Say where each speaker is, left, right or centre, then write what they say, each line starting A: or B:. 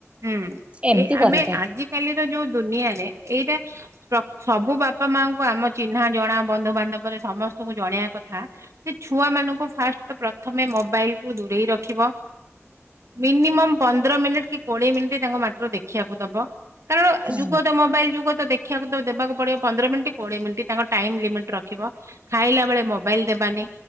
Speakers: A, on the right; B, on the right.
A: ହୁଁ
B: ଏମିତି
A: ଏଇ ଆମେ
B: କର ତାକୁ।
A: ଆଜିକାଲିର ଯୋଉ ଦୁନିଆରେ ଏଇଟା ପ୍ର ସବୁ ବାପା ମାଙ୍କୁ ଆମ ଚିହ୍ନା ଜଣା ବନ୍ଧୁବାନ୍ଧବରେ ସମସ୍ତ ଜଣେଇବା କଥା ଯେ ଛୁଆ ମାନଙ୍କୁ ଫାଷ୍ଟ ତ ପ୍ରଥମେ ମୋବାଇଲ କୁ ଦୂରେଇ ରଖିବ। ମିନିମମ୍ ପନ୍ଦର ମିନଟ କି କୋଡ଼ିଏ ମିନିଟ ତାଙ୍କ ମାତ୍ର ଦେଖିବାକୁ ଦବ କାରଣ
B: ହଁ
A: ଯୁଗ ତ ମୋବାଇଲ ଯୁଗ ତ ଦେଖିବାକୁ ତ ଦେବାକୁ ପଡିବ ପନ୍ଦର ମିନିଟ୍ କୋଡ଼ିଏ ମିନିଟ ତାଙ୍କ ଟାଇମ୍ ଲିମିଟ୍ ରଖିବ। ଖାଇଲା ବେଳେ ମୋବାଇଲ ଦେବାନି।